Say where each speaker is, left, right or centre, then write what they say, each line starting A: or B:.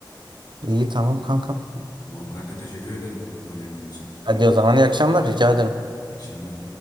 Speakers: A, on the right; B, on the left.
A: İyi tamam kankam.
B: Tamam kanka teşekkür ederim zaman verdiğin için. İyi
A: Hadi o zaman iyi akşamlar rica ederim.
B: Akşamlar.